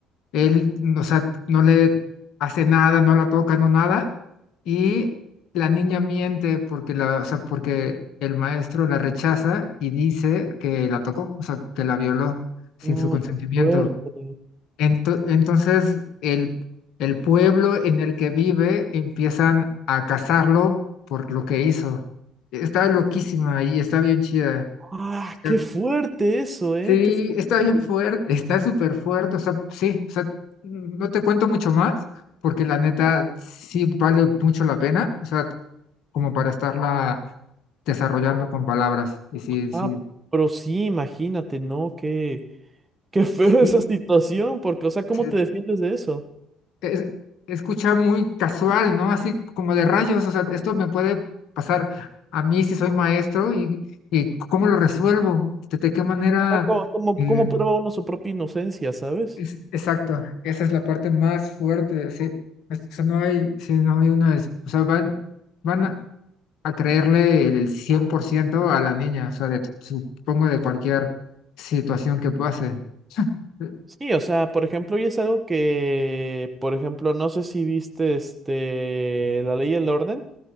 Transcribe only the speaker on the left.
él, o sea, no le hace nada, no la toca, no nada. Y la niña miente porque la, o sea, porque el maestro la rechaza y dice que la tocó, o sea, que la violó sin
su consentimiento.
Ento- entonces, el, el pueblo en el que vive empiezan a cazarlo por lo que hizo. Está loquísima y está bien chida.
Está-
sí,
está bien fuerte, <laughs> está súper fuerte. O sea, sí, o sea, no te cuento mucho más porque la neta sí vale mucho la pena. O sea, como para estarla desarrollando con palabras. Y sí,
sí,
sí,
sí,
es- escucha muy casual, ¿no? Así como de rayos, o sea, esto me puede pasar a mí si soy maestro y, y cómo lo resuelvo, de, de qué manera...
eh,
es- exacto, esa es la parte más fuerte, sí. Es- O sea, no hay, sí, no hay una... es- O sea, van, van a, a creerle el, 100% a la niña, o sea, de, supongo de cualquier situación que pase. <laughs>